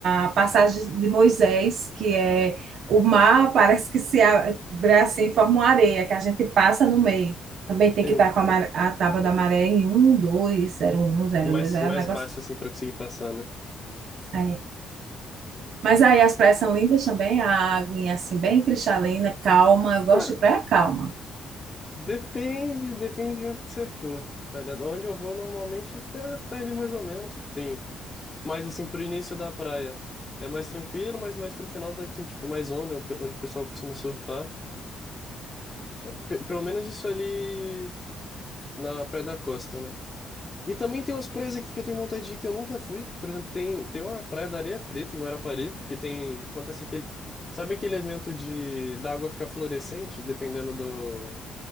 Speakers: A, on the right (about 70°); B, on the left (about 25°).
A: a passagem de Moisés, que é o mar, parece que se abre assim, forma uma areia, que a gente passa no meio. Também tem
B: Tem
A: que estar com a, mar- a tábua da maré em um dois zero um zero
B: mais,
A: dois é
B: mais
A: um negócio
B: baixo
A: assim.
B: assim pra conseguir passar, né?
A: É. Mas aí as praias são lindas também, a água assim, bem cristalina, calma. Eu gosto
B: Cara,
A: de praia calma.
B: Depende, depende de onde que você for. Tá ligado? Onde eu vou normalmente tá, tá ali mais ou menos. Tem mais assim pro início da praia. É mais tranquilo, mas mais pro final daí tem tipo mais onda, onde o pessoal costuma surfar. Pe- pelo menos isso ali na Praia da Costa, né? E também tem umas praias aqui que eu tenho vontade de ir que eu nunca fui. Por exemplo, tem, tem uma praia da Areia Preta em Guarapari, que tem, acontece aquele, sabe aquele evento de da água ficar fluorescente, dependendo do,